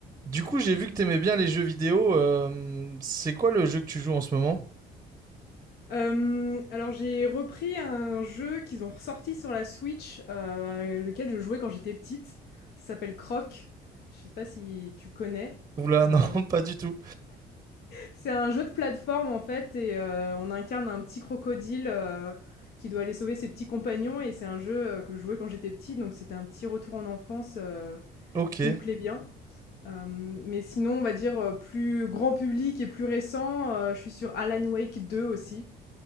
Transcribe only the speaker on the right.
Du coup, j'ai vu que t'aimais bien les jeux vidéo. euh, c'est quoi le jeu que tu joues en ce moment?
Oula,
non, <laughs> pas du tout.
Ok,